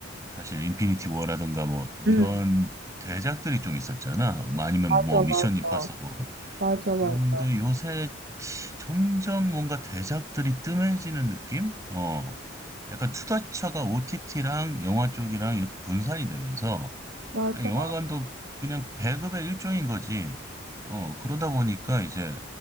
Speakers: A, on the right; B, on the right.
A: 사실 인피니티 워라든가 뭐 이런
B: 응.
A: 대작들이 좀 있었잖아. 뭐 아니면
B: 맞아,
A: 뭐 미션
B: 맞아.
A: 임파서블
B: 맞아,
A: 그런데
B: 맞아.
A: 요새 점점 뭔가 대작들이 뜸해지는 느낌? 어, 약간 투자처가 OTT랑 영화 쪽이랑 이렇게 분산이 되면서
B: 맞아.
A: 그냥 영화관도 그냥 배급의 일종인 거지. 어, 그러다 보니까 이제